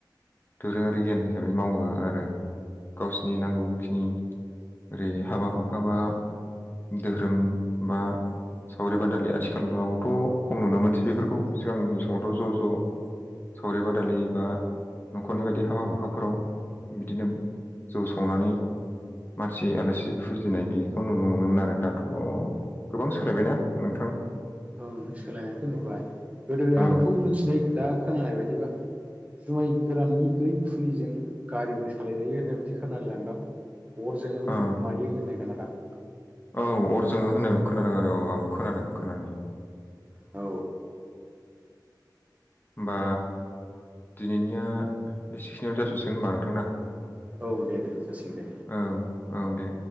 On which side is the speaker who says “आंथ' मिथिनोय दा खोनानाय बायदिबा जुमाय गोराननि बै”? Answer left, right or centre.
Right